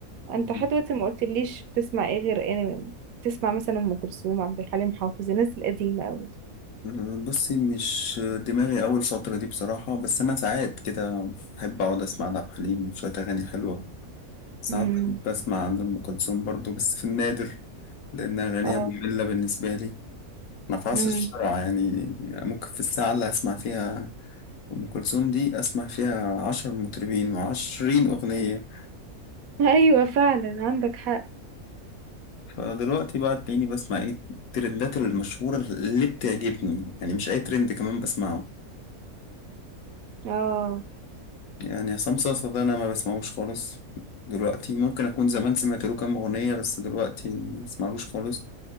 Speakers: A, on the right (about 75°); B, on the left (about 75°).
A: انت
B: مم.
A: لحد دلوقتي ما قلتليش بتسمع ايه غير انمي بتسمع مثلا ام كلثوم عبد الحليم حافظ الناس القديمه قوي دي.
B: آه، بصي مش دماغي أول فترة دي بصراحة بس أنا ساعات كده أحب أقعد أسمع لعبد الحليم شوية أغاني حلوة ساعات
A: امم
B: بحب أسمع لأم كلثوم برضو بس في النادر لأن أغانيها
A: اه
B: مملة بالنسبة لي ما بعصرش
A: امم
B: بسرعة يعني ممكن في الساعة اللي هسمع فيها أم كلثوم دي أسمع فيها عشر مطربين وعشرين أغنية
A: ايوه فعلا عندك حق
B: فدلوقتي بقى تلاقيني بسمع إيه الترندات المشهورة اللي بتعجبني يعني مش أي ترند كمان بسمعه
A: اه
B: يعني عصام صاصا ده أنا ما بسمعوش خالص دلوقتي ممكن أكون زمان سمعت له كام أغنية بس دلوقتي ما بسمعلوش خالص